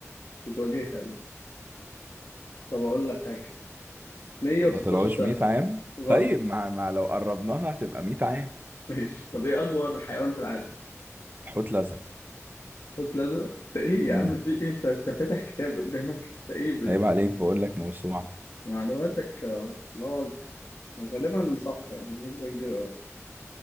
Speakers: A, on the left; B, on the right.
A: بتواجهها دي طب اقول لك حاجة 116
B: ما طلعوش
A: سنة
B: 100 عام
A: غلط
B: طيب مع, مع لو قربناها هتبقى 100 عام
A: ماشي طب ايه اكبر حيوان في العالم
B: الحوت الازرق
A: قلت لازم انت ايه يا
B: امم
A: عم في ايه انت انت فاتح كتاب قدامك انت ايه ب-
B: عيب عليك بقول لك موسوعه
A: معلوماتك آه، اللي هو غالبا صح يعني بنسبة كبيرة أوي.